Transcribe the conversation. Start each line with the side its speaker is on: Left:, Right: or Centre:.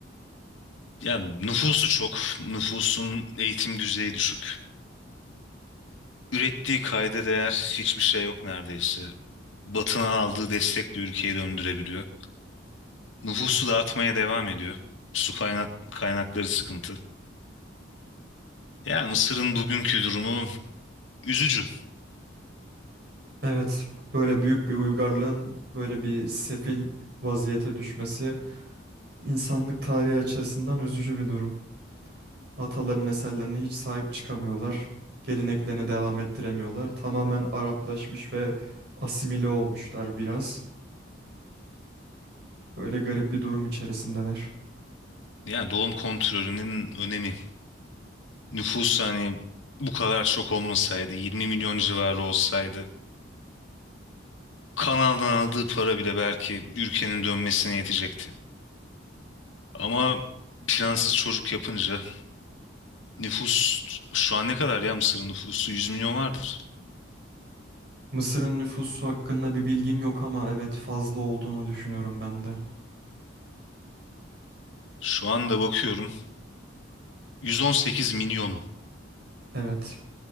Left: Yani nüfusu çok, nüfusun eğitim düzeyi düşük. Ürettiği kayda değer hiçbir şey yok neredeyse. Batı'nın aldığı destekle ülkeyi döndürebiliyor. Nüfusu da artmaya devam ediyor. Su kaynak kaynakları sıkıntı. Yani Mısır'ın bugünkü durumu üzücü.
Right: Evet, böyle büyük bir uygarlığın böyle bir sefil vaziyete düşmesi insanlık tarihi açısından üzücü bir durum. Ataların eserlerine hiç sahip çıkamıyorlar. Geleneklerine devam ettiremiyorlar. Tamamen Araplaşmış ve asimile olmuşlar biraz. Böyle garip bir durum içerisindeler.
Left: Yani doğum kontrolünün önemi. Nüfus hani bu kadar çok olmasaydı, 20 milyon civarı olsaydı, kanaldan aldığı para bile belki ülkenin dönmesine yetecekti. Ama plansız çocuk yapınca nüfus şu an ne kadar ya Mısır'ın nüfusu 100 milyon vardır.
Right: Mısır'ın nüfusu hakkında bir bilgim yok ama evet fazla olduğunu düşünüyorum ben de.
Left: Şu anda bakıyorum 118 milyon
Right: Evet.